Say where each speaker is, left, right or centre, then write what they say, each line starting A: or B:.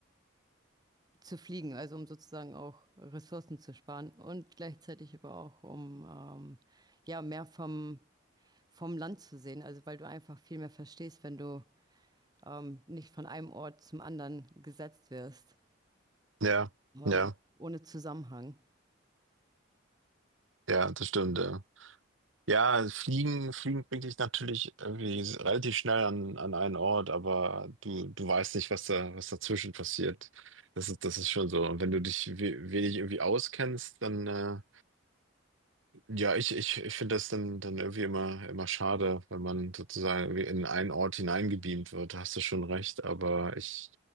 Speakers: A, on the right; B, on the right.
A: zu fliegen, also um sozusagen auch Ressourcen zu sparen und gleichzeitig aber auch um ähm, ja mehr vom vom Land zu sehen, also weil du einfach viel mehr verstehst, wenn du ähm, nicht von einem Ort zum anderen gesetzt wirst,
B: ja,
A: ähm,
B: ja,
A: ohne Zusammenhang.
B: ja, das stimmt, ja. Ja, Fliegen, Fliegen bringt dich natürlich irgendwie relativ schnell an, an einen Ort, aber du, du weißt nicht, was da, was dazwischen passiert. Das ist, das ist schon so. Und wenn du dich we wenig irgendwie auskennst, dann, äh, ja, ich, ich, ich finde das dann, dann irgendwie immer, immer schade, wenn man sozusagen irgendwie in einen Ort hineingebeamt wird. Da hast du schon recht, aber ich,